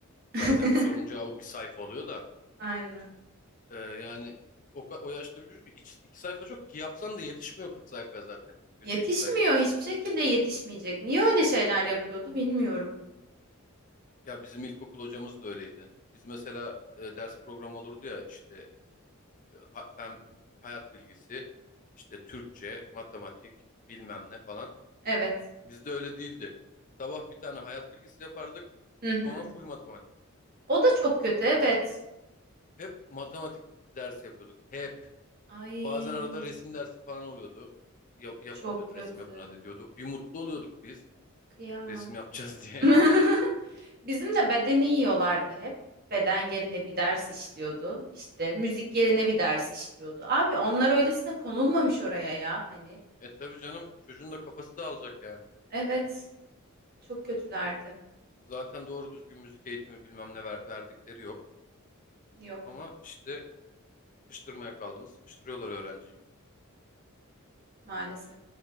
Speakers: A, on the right; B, on the left.
A: <laughs>
B: zaten bir sorunun cevabı bir sayfa oluyor da.
A: Aynen.
B: Ee, yani o, ka- o yaşta bir çocuk iki, iki sayfa çok ki yapsan da yetişmiyor 40 sayfaya zaten günde
A: Yetişmiyor
B: iki sayfadan.
A: hiçbir şekilde yetişmeyecek. Niye öyle şeyler yapıyordu bilmiyorum.
B: Ya bizim ilkokul hocamız da öyleydi. Biz mesela e, ders programı olurdu ya işte e, ha- fen hayat bilgisi, işte Türkçe, matematik bilmem ne falan.
A: Evet.
B: Bizde öyle değildi. Sabah bir tane hayat bilgisi yapardık
A: Hı hı.
B: sonra full matematik.
A: O da çok kötü evet.
B: Hep matematik dersi yapıyorduk. Hep.
A: Ay
B: Bazen arada resim dersi falan oluyordu. Ya- yapın
A: çok
B: diyordu.
A: kötü.
B: Resim yapın hadi diyordu. Bir mutlu oluyorduk biz.
A: Kıyamam.
B: Resim yapacağız diye.
A: <laughs> Bizim de bedeni yiyorlardı hep. Beden yerine bir ders işliyordu. İşte müzik yerine bir ders işliyordu. Abi onlar öylesine konulmamış oraya ya hani.
B: <laughs> E tabii canım çocuğun da kafası dağılacak yani.
A: Evet çok kötülerdi.
B: Zaten doğru düzgün müzik eğitimi bilmem ne ver- verdikleri yok.
A: Yok
B: Ama işte sıkıştırmaya kaldığımız sıkıştırıyorlar öğrenciyi.
A: maalesef.